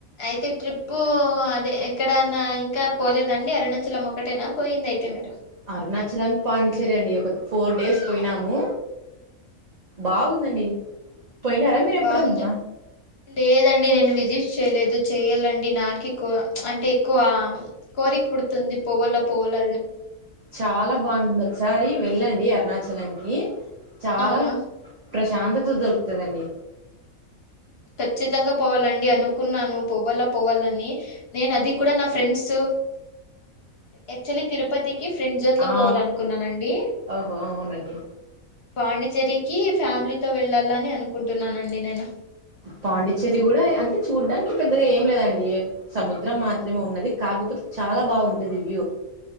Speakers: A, on the left; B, on the right.
A: అయితే ట్రిప్పు అదే ఎక్కడనా ఇంకా పోలేదండి అరుణాచలం ఒకటేనా పోయింది అయితే మీరు
B: అరుణాచల్ అనికి పాండిచ్చేరి అండి ఒక ఫోర్ డేస్ పోయినాము బాగుందండి పోయినారా మీరు ఎప్పుడన్నా
A: బాగుంది లేదండి నేను విజిట్ చేయలేదు అ చెయాలండి నాక అంటే ఎక్కువ కోరిక పుడుతుంది పోగల పోవల
B: చాలా బాగుంటుంది ఒకసారి వెళ్ళండి అరుణాచలంకి చాలా
A: అవునా
B: ప్రశాంతత దొరుకుతుదండి
A: ఖచ్చితంగా పోవాలండి అనుకున్నాను పోవాల పోవాలని నేను అది నా ఫ్రెండ్స్ అక్చుఅల్లీ నాకు తిరుపతి ఫ్రండ్ జట్లో
B: ఆ
A: పోవాల అనుకున్నానండి
B: ఓహో అవునండి
A: పాండిచేరికిి ఫ్యామిలీతోవెళ్ళాలని అనుకుంటున్నానండి నేను
B: పాండిచ్చేరి కూడా అంటే చూడ్డానికి పెద్దగా ఏం లేదండి సముద్రం మాత్రమే ఉన్నది కాకపోతే చాలా బాగుంటది వ్యూ